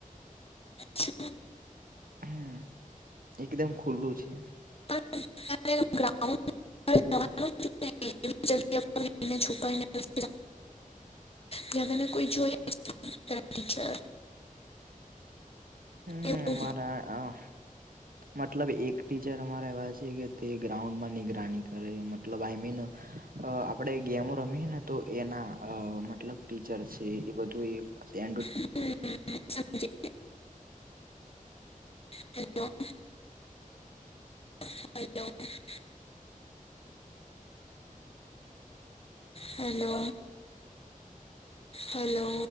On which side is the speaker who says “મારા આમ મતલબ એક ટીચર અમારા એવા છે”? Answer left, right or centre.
Right